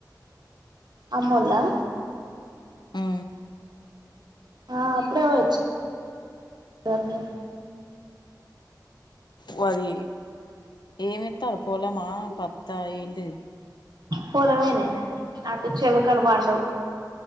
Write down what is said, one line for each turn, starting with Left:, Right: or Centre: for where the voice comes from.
Right: అమ్మోల్లా?
Left: మ్
Right: ఆ అప్పుడే పొయి వచ్చిన్
Left: వరీ ఏమేత్తాన్రు పొలమా పత్తా ఏంటిది?
Right: పొలమేనే అటు చెల్కల్ పండవ్